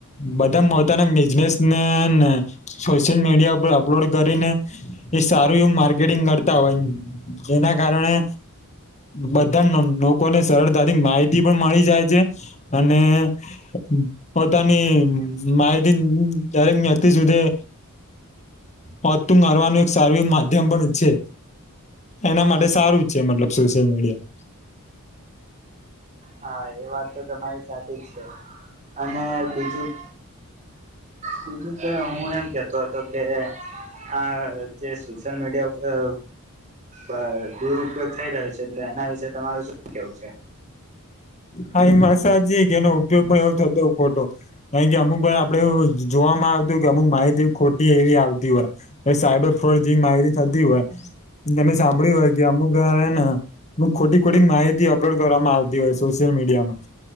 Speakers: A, on the left; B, on the right.
A: બધા મોતાના બિઝનેસ ને ને સોશિયલ મીડિયા ઉપર અપલોડ કરીને. એ સારું એવ માર્કેટિંગ કરતા હોય, જેના કારણે. બધા લોકોને સરળતાથી માહિતી પણ મળી જાય છે. અને પોતાની માહિતી દરેક વ્યક્તિ સુધી. હોતું મારવાનું એક સારું માધ્યમ પણ છે. એના માટે સારું છે મતલબ સોશિયલ મીડિયા.
B: હા એ વાત તો તમારી સાચી જ છે, અને બીજું બીજું કે હું એમ કેતો હતો કે આ જે સોશિયલ મીડિયા ઉપર બ દુરપયોગ થઈ રહ્યો છે તો એના વિશે તમારું શું કેવું છે?
A: હા એ મસાજ કે એનો ઉપયોગ પણ એવો થતો ખોટો. કારણ કે અમુક વાર આપડે એવું જોવામાં આવતુંય કે અમુક માહિતી ખોટી એવી આવતી હોય. એ સાયબર ફોડ જે માયરી થતી હોય. તમે સાંભળ્યું હોય કે અમુક વા ને, અમક ખોટી ખોટી માહિતી અપલોડ કરવામાં આવતી હોય છે. સોશયલ મીડિયામાં